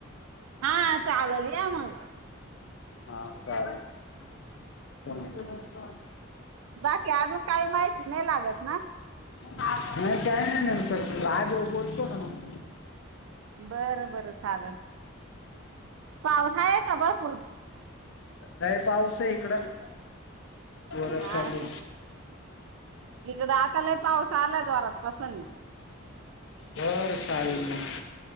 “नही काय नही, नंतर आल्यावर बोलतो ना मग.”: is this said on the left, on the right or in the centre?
Left